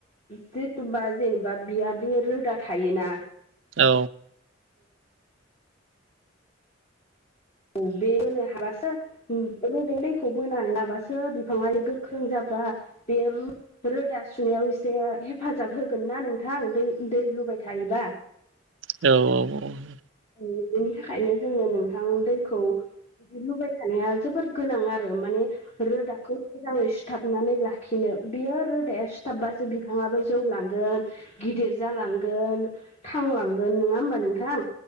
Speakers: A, on the left; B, on the right.
A: जेथ'बा जेनेबा बियादि रोदा थायोना
B: औ
A: औ बे होनो हाबासो रबै दैखौ बोनानै लाबासो बिफाङा गोख्रों जाबा बे रोदा सुनायाव एसे हेफाजाब होगोन ना नोंथां दै दै लुबाय थायोबा
B: औ औ औ
A: औ बेनि थाखायनो जोङो नोंथां दै बिदि लुबाय थानाया जोबोर गोनां आरो माने रोदाखौ मोजाङै सुथाबनानै लाखिनो बियो रोदाया सुथाबबासो बिफाङाबो जौलांगोन गिदिर जालांगोन थांलांगोन नङा होमबा नोंथां